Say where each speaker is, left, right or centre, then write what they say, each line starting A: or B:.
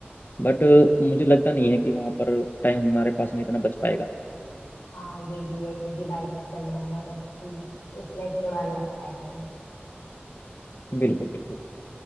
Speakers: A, on the left; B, on the left.
A: बट मुझे लगता नहीं है कि वहाँ पर टाइम हमारे पास में इतना बच पाएगा
B: हाँ ये भी है क्योंकि बाइक से चलना है ना तब हम्म, उसमें थोड़ा लगता है टाइम
A: बिल्कुल बिल्कुल